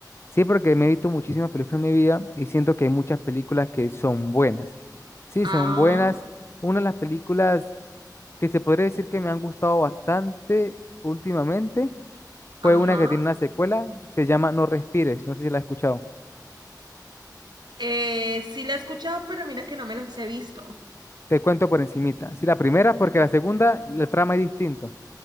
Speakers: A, on the left (about 35°); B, on the right (about 85°).
A: Sí, porque me he visto muchísimas películas en mi vida y siento que hay muchas películas que son buenas. Sí,
B: Ah,
A: son buenas. Una de las películas que se podría decir que me han gustado bastante últimamente fue
B: ajá.
A: una que tiene una secuela, se llama No Respires. No sé si la has escuchado.
B: Eh, sí la he escuchado, pero mira que no me las he visto.
A: Te cuento por encimita. Sí, la primera, porque la segunda, la trama es distinta.